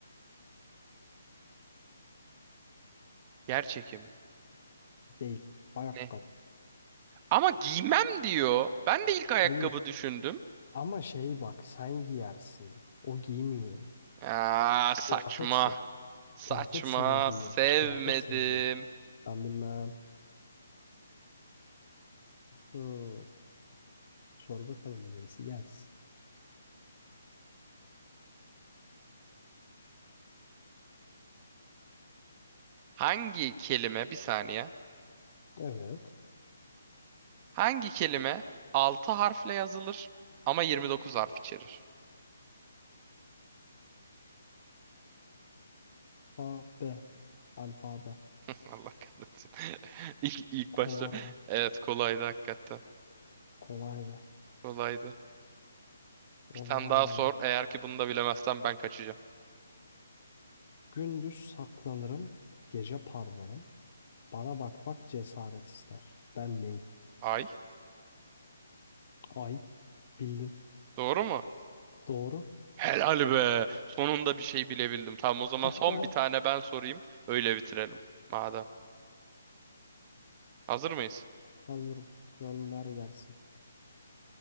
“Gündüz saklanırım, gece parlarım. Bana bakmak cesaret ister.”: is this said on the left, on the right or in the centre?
Left